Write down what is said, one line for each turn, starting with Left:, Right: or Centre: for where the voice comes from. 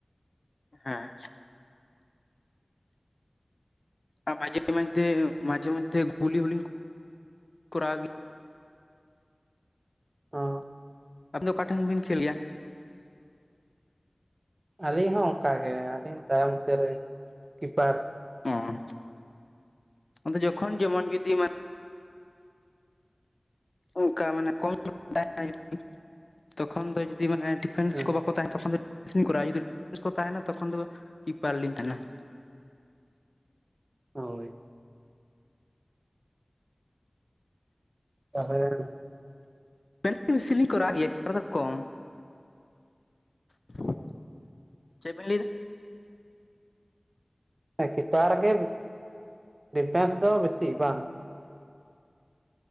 Left: ᱦᱮᱸᱻ ᱾ ᱟᱨ, ᱢᱟᱡᱷᱮ, ᱢᱚᱫᱷᱮ, ᱢᱟᱡᱷᱮ, ᱢᱚᱫᱷᱮ ᱜᱩᱞᱤ ᱦᱚᱸᱞᱤ ᱠᱚᱼᱨᱟᱣ ᱜᱮᱭᱟ ᱾
Right: ᱚᱻ ᱾
Left: ᱟᱹᱵᱤᱱ ᱫᱚ, ᱚᱠᱟ ᱴᱷᱮᱱ ᱵᱤᱱ, ᱠᱷᱮᱞ ᱜᱮᱭᱟ?
Right: ᱟᱹᱞᱤᱧ ᱦᱚᱸ, ᱚᱱᱠᱟ ᱜᱮ, ᱟᱹᱞᱤᱧ ᱛᱟᱭᱚᱢ ᱥᱮᱛ ᱨᱮ, ᱠᱤᱯᱟᱨ ᱾
Left: ᱚᱸᱻ, ᱟᱫᱚ ᱡᱚᱠᱷᱚᱱ, ᱡᱮᱢᱚᱱ ᱡᱩᱫᱤ, ᱢᱟᱱ ᱚᱱᱠᱟ ᱢᱟᱱᱮ, ᱠᱚᱢ ᱛᱟᱦᱮᱱᱟ ᱾ ᱛᱚᱠᱷᱚᱱ ᱫᱚ, ᱡᱩᱫᱤ? ᱢᱟᱱᱮ, ᱰᱤ-ᱯᱷᱮᱱᱥ
Right: ᱦᱮᱸ
Left: ᱠᱚ, ᱵᱟᱠᱚ ᱛᱟᱦᱮᱱᱟ, ᱛᱚᱠᱷᱚᱱ ᱫᱚ ᱥᱯᱤᱸᱱ ᱠᱚᱨᱟᱣᱟ ᱾ ᱡᱩᱫᱤ ᱠᱚ ᱛᱟᱦᱮᱱᱟ, ᱛᱚᱠᱷᱚᱱ ᱫᱚ, ᱠᱤᱯᱟᱨ ᱞᱤᱧ ᱛᱟᱦᱮᱱᱟ ᱾
Right: ᱦᱳᱭ ᱾ ᱛᱟ-ᱯᱚᱲᱮᱱ ᱾
Left: ᱢᱮᱱᱥ ᱵᱮᱥᱤ ᱞᱤᱧ, ᱠᱚᱨᱟᱣ ᱜᱮᱭᱟ, <unintelligible> ᱫᱚ ᱠᱚᱢ <unintelligible> ᱪᱮᱫ ᱵᱮᱱ ᱞᱟᱹᱭᱮᱫᱟ ᱾
Right: ᱠᱤᱯᱟᱨ ᱨᱮᱜᱮ, ᱰᱤ-ᱯᱷᱮᱸᱥ ᱫᱚ, ᱵᱮᱥᱤ ᱵᱟᱝ?